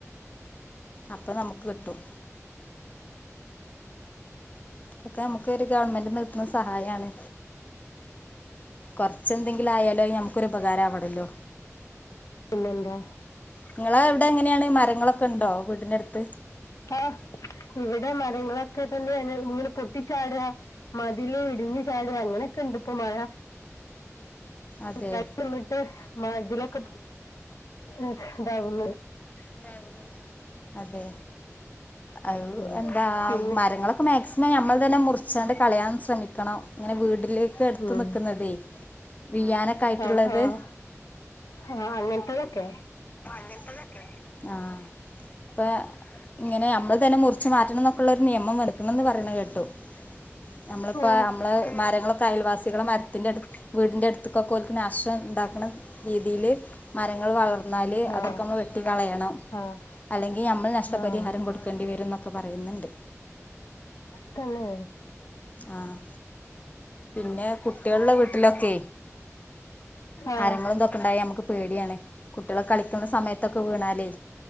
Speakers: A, on the left; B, on the left.
A: അപ്പം നമുക്ക് കിട്ടും. ഇതൊക്കെ നമുക്കൊര് ഗവൺമെൻ്റ് ന്ന് കിട്ട്ണ സഹായാണ്. കൊർച്ചെന്തെങ്കിലും ആയാലും അത് ഞം ക്കൊരുപാകാര വണല്ലോ
B: ഇല്ലണ്ടാ
A: ഇങ്ങള ഇവിടെ എങ്ങനെയാണ് മരങ്ങളൊക്കെ ഉണ്ടോ വീടിനടുത്ത്
B: ആഹ് ഇവിടെ മരങ്ങളൊക്കെ തന്നെ ആണ് ഇങ്ങനെ പൊട്ടിച്ചാടാ, മതില് ഇടിഞ്ഞ് ചാടാ, അങ്ങനെയൊക്കെ ഇണ്ട് ഇപ്പം മഴ <unintelligible>
A: അതെ
B: നിന്നിട്ട് മതിലൊക്കെ ഏഹ് ഇതാവുന്ന്.
A: ഇതാവുന്ന്. അതെ അവ്
B: ഉം
A: എന്താ
B: പിന്നെ
A: മരങ്ങളൊക്കെ മാക്സിമം ഞമ്മൾ തെന്നെ മുറിച്ചാണ്ട് കളയാൻ ശ്രമിക്കണം. ഇങ്ങനെ വീടിലേക്ക് എടുത്ത്
B: ഉം
A: നിക്കുന്നതേ. വീഴാനൊക്കെ ആയിട്ടുള്ളത്
B: ആഹ് ആഹ്. ഹാ അങ്ങൻത്തതൊക്കെ.
A: ങ്ങൻത്തതൊക്കെ. ആഹ് ഇപ്പ ഇങ്ങനെ ഞമ്മൾ തെന്നെ മുറിച്ച് മാറ്റണംന്നൊക്കെള്ള ഒര് നിയമം വന്ന്ക്ക്ണ് ന്ന് പറിണത് കേട്ടു. ഞമ്മളിപ്പ
B: ഓ
A: ഞമ്മള് മരങ്ങളൊക്കെ അയൽവാസികളെ മരത്തിന്റെ അട് വീടിന്റെ അട്ത്ത് കൊക്കോൽക്ക് നാഷ്ടം ഇണ്ടാക്ണ രീതിയില് മരങ്ങൾ വളർന്നാല്
B: ആഹ്
A: അതൊക്കെ ന്നമ്മൾ വെട്ടികളയണം.
B: ആഹ്
A: അല്ലെങ്കി നമ്മൾ നഷ്ടപരിഹാരം
B: ആഹ്
A: കൊടുക്കണ്ടി വരും ന്നൊക്കെ പറയ്ന്ന്ണ്ട്.
B: തന്നേ
A: ആഹ് പിന്നെ കുട്ട്യേൾ ഇള്ള വീട്ടിലൊക്കെ
B: ആഹ്
A: മരങ്ങളും ഇതൊക്കെ ഇണ്ടായ ഞമ്മക്ക് പേടിയാണ്. കുട്ടിയാൾ കളിക്ക്ന്ന സമയത്തൊക്കെ വീണാലേയ്.